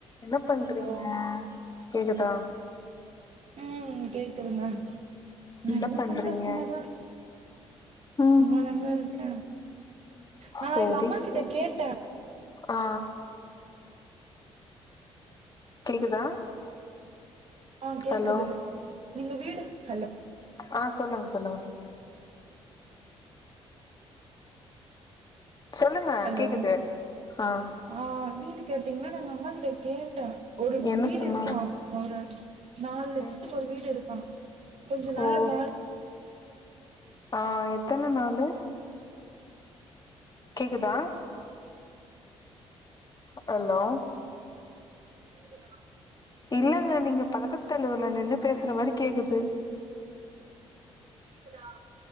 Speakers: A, on the left; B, on the right.
A: என்ன பண்றீங்க
B: ஹலோ
A: கேக்குதா
B: ம் ம் கேக்குதுங்க நா
A: என்ன
B: எதுவு
A: பண்றீங்க
B: பண்ல சும்மாதா
A: ம்
B: சும்மாதாங்க இருக்க நா
A: சரி
B: எங்க அம்மாக்கிட்ட
A: சரி
B: கேட்ட
A: ஆ கேக்குதா
B: ஆ கேக்குது
A: ஹலோ
B: நீங்க வீடு ஹலோ
A: ஆ சொல்லுங்க சொல்லுங்க சொல்லுங்க
B: ஹலோ
A: கேக்குது ஆ
B: ஆ வீடு கேட்டீங்கன்னு நா எங்க அம்மாக்கிட்ட கேட்ட ஒரு
A: என்ன
B: வீடு
A: சொன்னாங்க
B: இருக்கா ஒரு நாலு லட்சத்துக்கு
A: ம்
B: ஒரு வீடு இருக்கா கொஞ்சம் நாள்ல
A: ஓ
B: கால்
A: ஆ எத்தன நாளு கேக்குதா ஹலோ
B: கேக்குதா
A: இல்லங்க நீங்க பதக்கத்தல்லூர்ல நின்னு பேசுற மாரி கேக்குது
B: கேக்குதா